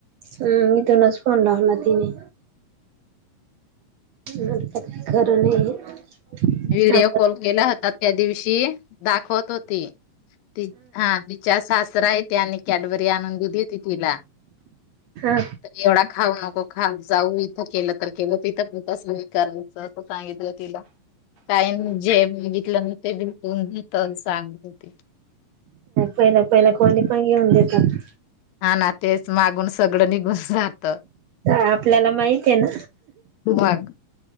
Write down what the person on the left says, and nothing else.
व्हिडिओ
कॉल केला होता त्या दिवशी दाखवत होती त हा तिच्या सासरा येत आणि कॅडबरी आणून दिली होती तिला
त एवढा खाऊ नको खा जाऊ इथं केलं तर केलं तिथं पण तसं स्वी कायचं असं सांगितलं तिला काही ना जे बघितलं ना ते बून सांगत होते
हा ना तेच मागून सगळं निघून जात
मग